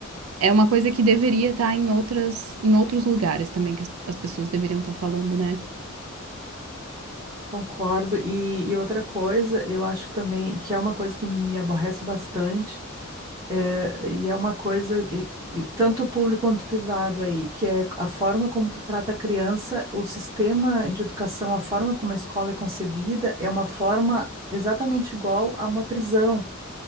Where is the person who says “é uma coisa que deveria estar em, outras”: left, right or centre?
Right